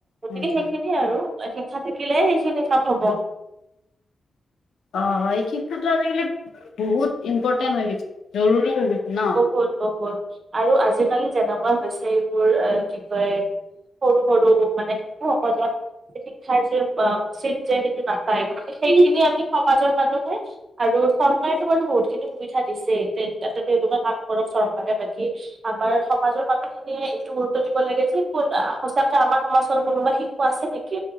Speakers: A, on the right; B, on the left.
A: গতিকে
B: হয়
A: সেইখিনিয়ে
B: হয়
A: আৰু ইচা থাকিলে সেইখিনি কাম হব
B: অ এই শিক্ষাটো আজিকালি বহুত ইম্পৰ্টেণ্ট হৈ গৈছে জৰুৰী হৈ গৈছে ন
A: বহুত বহুত আৰু আজিকালি যেনেকুৱা হৈছে এইবোৰ এ কি কয় সৰু সৰু মানে শিশুসকলক শিক্ষাৰ যে উচিত যে সেইটো নাপায় গতিকে সেইখিনি আমি সমাজৰ মানুহে আৰু চৰকাৰেতো বাৰু বহুতখিনি সুবিধা দিছে তাতে তেওঁলোকে কাম কৰক চৰকাৰে বাকী আমাৰ সমাজৰ মানুহখিনিয়ে এইটো গুৰুত্ব দিব লাগে যে ক সঁচাকে আমাৰ সমাজৰ কোনোবা শিশু আছে নেকি,